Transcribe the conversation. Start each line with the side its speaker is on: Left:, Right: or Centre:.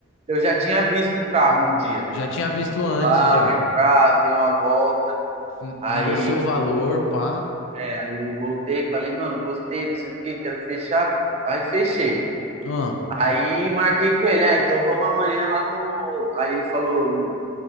Right: eu já tinha visto o carro um dia.
Left: Já tinha visto
Right: Fui
Left: antes,
Right: lá,
Left: já.
Right: vi o carro, dei uma volta.
Left: N-
Right: Aí,
Left: Negociou o valor, pá.
Right: é, aí voltei, falei, mano, gostei, não sei o que, quero fechar. Aí fechei.
Left: Ah,
Right: Aí marquei com ele, ah, então vamos amanhã lá no. Aí ele falou,